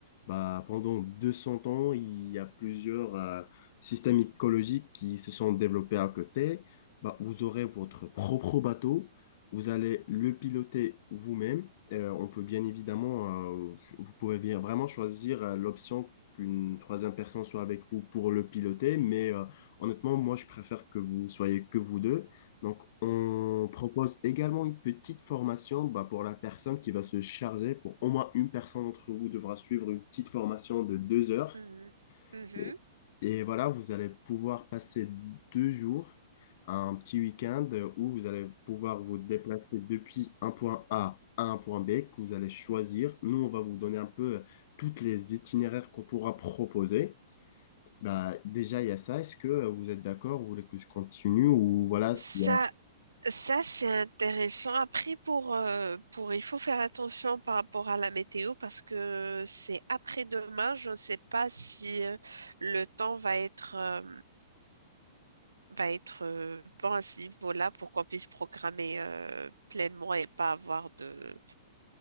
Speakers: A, on the left; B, on the right.
A: bah, pendant 200 ans, il y a plusieurs euh, systèmes écologiques qui se sont développés à côté. Bah, vous aurez votre propre bateau, vous allez le piloter vous-même. Euh, on peut bien évidemment, euh, vous pouvez bien vraiment choisir euh, l'option qu'une troisième personne soit avec vous pour le piloter, mais euh, honnêtement, moi, je préfère que vous soyez que vous deux donc, on propose également une petite formation bah, pour la personne qui va se charger. Pour au moins une personne d'entre vous devra suivre une petite formation de deux heures.
B: Mhm. Mhm.
A: Et, et voilà, vous allez pouvoir passer deux jours, un petit week-end euh, où vous allez pouvoir vous déplacer depuis un point A à un point B que vous allez choisir. Nous, on va vous donner un peu euh, toutes les itinéraires qu'on pourra proposer. Bah, déjà, il y a ça. Est-ce que euh, vous êtes d'accord? Vous voulez que je continue ou voilà, s'il
B: Ça,
A: y a
B: Ça, c'est intéressant. Après, pour, euh, pour, il faut faire attention par rapport à la météo parce que c'est après-demain. Je ne sais pas si euh, le temps va être, euh, va être euh, bon à ce niveau-là pour qu'on puisse programmer euh, pleinement et pas avoir de,